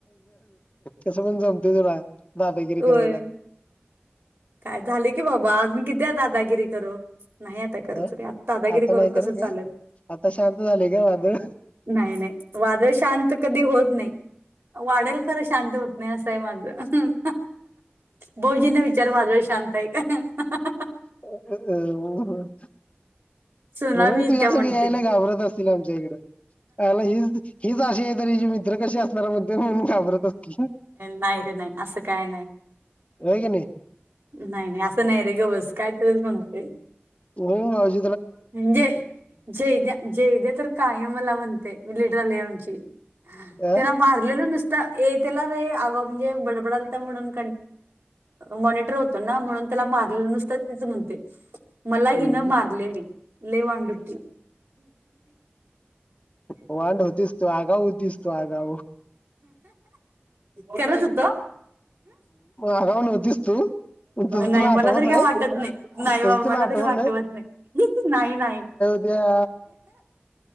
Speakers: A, on the left; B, on the right.
A: तसं पण जमतय तुला दादागिरी करायला.
B: ओय काय झाले की बाबा आज म किती आहे दादागिरी करू. नाही आता करंच
A: अ
B: आता दादागिरी
A: आता
B: करून
A: नाही
B: कसं
A: करत का
B: चालेल.
A: आता शांत झाले का वादळ
B: नाही नाही वादळ शांत कधी होत. नाही वाढेल ख शांत होत नाही असं आहे माझ. बहुजन्य विचार वाजळ शांत आहे का.
A: अ
B: सुनामी
A: म्हणून
B: येत्या
A: तू यासग
B: म्हणतील
A: यायला घाबरत अस त जेगडे अला हीच हीच आा आहे त हिची मित्र कशी असणार मध्ये होऊन घाबरत अस की.
B: नाही रे नाही असं काय नाही.
A: हो क नाही
B: नाही नाही असं नाही रे ग बस कायतरीच म्हणते.
A: होज.
B: म्हणजे जेद्या जेद्या तर काय मला म्हणतेय. लेड्र लनची
A: अ
B: त्याला मारलेलं नसत. ेतला रे आग म्हणजे बडबडल म्हणून मॉनटर होतो. म्हणून त्याला मारलं नुसत तीच म्हणते मला
A: हम्म.
B: हि न मारलेली लवान लुट्टी
A: होांड होतीस तू आगा होतीस तू आगा
B: खरच होत
A: आगाव नव्हतीस तू तसं
B: नाही
A: तुला
B: मला
A: आठवत
B: तरी
A: नाही
B: काय वाटत नाही नाही
A: तसं
B: बाबा
A: तुला
B: मला
A: आठवत
B: तरी वाटवत नाही नाही नाही
A: अभ्या